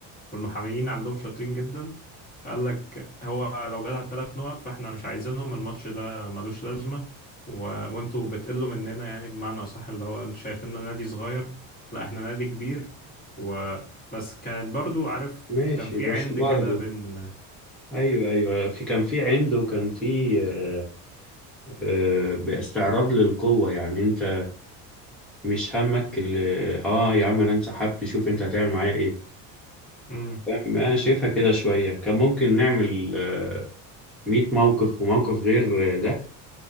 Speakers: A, on the left; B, in the centre.
A: والمحاميين عندهم شاطرين جدا فقال لك هو لو جات على الثلاث نقط فاحنا مش عايزينهم الماتش ده ملوش لازمة و... وانتوا بتقلوا مننا يعني بمعنى اصح اللي هو انتوا شايفيننا نادي صغير لا احنا نادي كبير وبس كانت برضو عارف
B: ماشي
A: كان في
B: بس
A: عند
B: برضه
A: كده بين
B: ايوه ايوه في كان في عند وكان في آه، آه، باستعراض للقوة يعني انت مش همك اللي اه يا عم انا انسحبت شوف انت هتعمل معايا ايه
A: امم
B: ما شايفها كده شوية كان ممكن نعمل آه، 100 موقف وموقف غير آه، ده